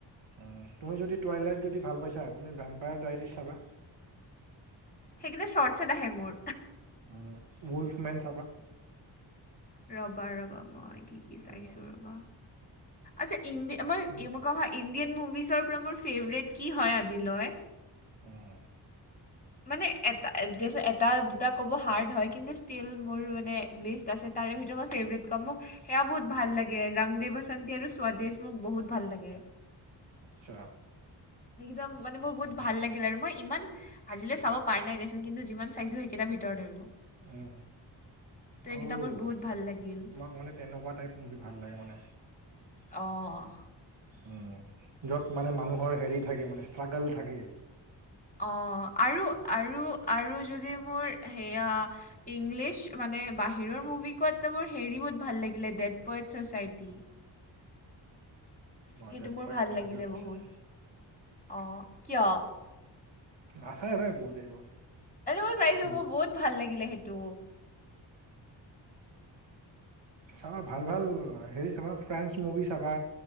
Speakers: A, on the right (about 70°); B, on the left (about 20°).
A: উম, তুমি যদি টুৱাইলাইট যদি ভাল পাইছা? তুমি ভেম্পায়াৰ ডায়েৰী চাবা।
B: সেইকেইটা শৰ্ট শৰ্ট আহে মোৰ।
A: উম, ৱলফ মেন চাবা?
B: ৰবা, ৰবা! মই কি কি চাইছো?
A: উম,
B: ৰবা! আচ্ছা' <unintelligible> ইণ্ডিয়ান
A: উম,
B: মুভিচৰ পৰা মোৰ ফেভৰেট কি হয় আজিলৈ।
A: উমঁ।
B: মানে এটা, এটা দুটা ক'ব হাৰ্ড হয় কিন্তু ষ্টীল মোৰ মানে লিষ্ট আছে। তাৰে ভিতৰত মই ফেভৰেট কম মোক সেইয়া বহুত ভাল লাগে। ৰাং দেৱ বচন্তি আৰু স্বাদেশ মোক বহুত ভাল লাগে।
A: আচ্ছা।
B: একদম মানে মোৰ বহুত
A: উম,
B: ভাল লাগিল আৰু মই ইমান আজিলৈ চাব পাৰ নাই দেচোন কিন্তুি যিমান চাইছো সেইকেইটাৰ ভিতৰত আৰু
A: উম,
B: ত' এইকেইটা
A: অ'
B: মোৰ বহুত ভাল লাগিল।
A: আমাক মানে তেনেকুৱা টাইপ মুভি ভাল লাগে মানে।
B: অঁ'।
A: উম, য'ত মানে মানুহৰ হেৰি থাকে মানে ষ্ট্ৰাগল থাকে।
B: অঁহ' আৰু আৰু আৰু যদি মোৰ সেয়া ইংলিছ মানে বাহিৰৰ মুভিতকৈ মোৰ হেৰি বহুত ভাল লাগিলে ডেড পয়ট ছচাইটি।
A: উমঁ।
B: সেইটো
A: ডেড
B: মোৰ
A: পয়ট
B: ভাল
A: ছচাইটিও
B: লাগিলে
A: চাইছা
B: বহুত
A: নে।
B: অ', কিয় আৰে
A: নাছায় নাই বহুতে এইবোৰ।
B: মই চাইছোঁ
A: উমঁ'।
B: মোৰ বহুত ভাল লাগিলে সেইটো
A: চাবা ভাল ভাল হেৰি চাবা ফ্ৰেঞ্চ মুভি চাবা,